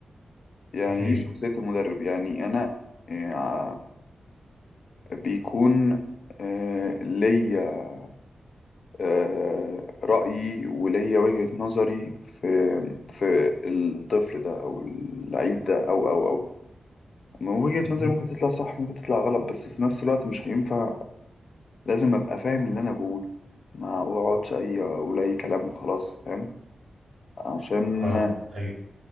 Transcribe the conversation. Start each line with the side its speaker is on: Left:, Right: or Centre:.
Left: يعني
Right: اكيد
Left: ايه شخصية المدرب يعني انا آه بيكون آه ليا آه رأيي وليا وجهة نظري في في الطفل ده او اللعيب ده او او او ما وجهة
Right: م-
Left: نظري
Right: م.
Left: ممكن تطلع صح ممكن تطلع غلط بس في نفس الوقت مش هينفع لازم ابقى فاهم اللي انا بقوله ما اقعدش اي اقول اي كلام وخلاص فاهم عشان
Right: فاهمك ايوه